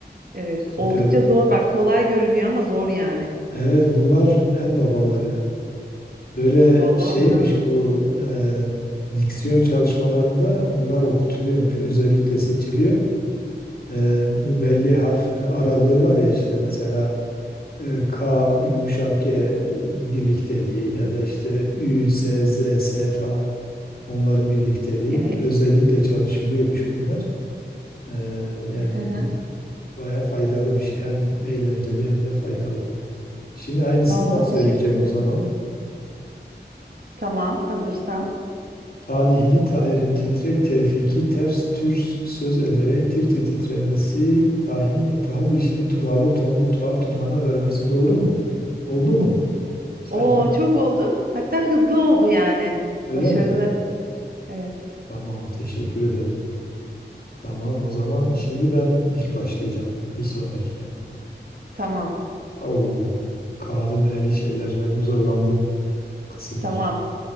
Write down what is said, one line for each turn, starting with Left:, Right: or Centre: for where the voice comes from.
Right: evet
Left: Süper.
Right: oldukça zor bak kolay görünüyor ama zor yani.
Left: Evet, bunlar en babaları. Böyle
Right: Vallahi
Left: şeymiş
Right: bravo.
Left: bu e, diksiyon çalışmalarında bunlar okutuluyormuş. Özellikle seçiliyor. E, bu belli harf e, aralığı var ya işte mesela e, K yumuşak G birlikteliği ya da işte Ü, S, Z, S falan onların birlikteliği.
Right: Evet.
Left: Özellikle çalışılıyormuş bunlar. Ee, yani
Right: Hı hı.
Left: baya faydalı bir şey. Hem eğlenceli hem de faydalı. Şimdi aynısını
Right: Vallahi
Left: ben söyleyeceğim
Right: teşekkür ederim.
Left: o zaman.
Right: Tamam hazırsan.
Left: Talihli Tahir'in titrek tevfiki ters tür söz ederek tir tir titremesi tahin ve tahıl işini turhalı tombul tuhaf turhana vermesi doğru mu? Oldu mu? Sanki
Right: Oo
Left: bi-
Right: çok oldu. Hatta hızlı oldu yani.
Left: öyle
Right: Başarılı.
Left: mi?
Right: Evet.
Left: Tamam teşekkür ederim. Tamam o zaman şimdi ben ilk başlayacağım bir sonrakine.
Right: Tamam.
Left: Oo, kağıdı meyeli şeyler benim zorlandığım kısımlar.
Right: Tamam.